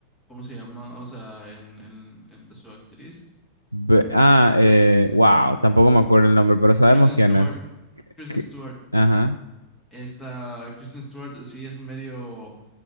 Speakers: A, on the left; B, on the right.
A: ¿cómo se llama? O sea, en, en, en su actriz.
B: Ve- ah, eh, wow, tampoco me acuerdo el nombre, pero sabemos
A: Kristen
B: quién
A: Stewart,
B: es.
A: Kristen
B: Que-
A: Stewart.
B: Ajá.
A: Esta Kristen Stewart sí es medio